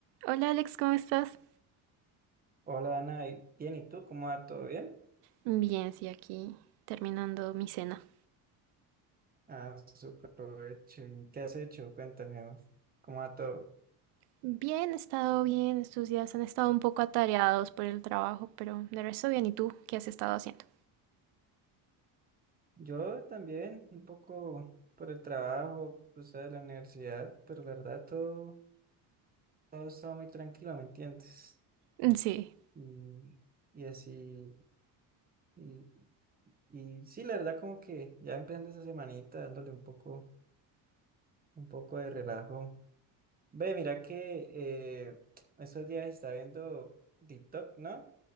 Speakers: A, on the right; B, on the right.
A: Hola Alex, ¿cómo estás?
B: Hola Ana, ¿y- bien, ¿y tú? ¿Cómo va todo bien?
A: Bien, sí, aquí terminando mi cena.
B: Ah, súper provecho. ¿Y ¿Qué has hecho? Cuéntame, ¿no? ¿cómo va todo?
A: Bien, he estado bien, estos días han estado un poco atareados por el trabajo, pero de resto bien. ¿Y tú qué has estado haciendo?
B: Yo también, un poco por el trabajo, pues de la universidad, pero la verdad todo, todo estaba muy tranquilo, ¿me entiendes?
A: Mm, Sí,
B: Y, y así, y, y sí, la verdad como que ya empezando esa semanita dándole un poco, un poco de relajo. Ve, mira que eh, <tsk> estos días está viendo TikTok, ¿no?